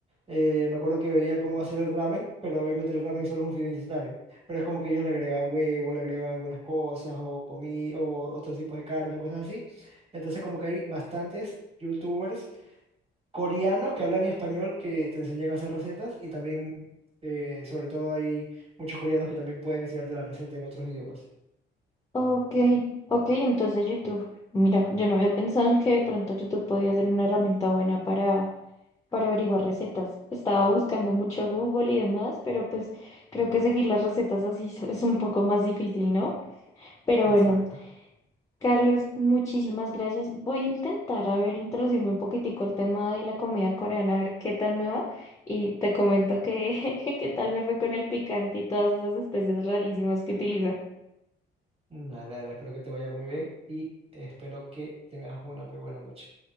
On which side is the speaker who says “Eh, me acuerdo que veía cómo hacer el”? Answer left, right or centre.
Right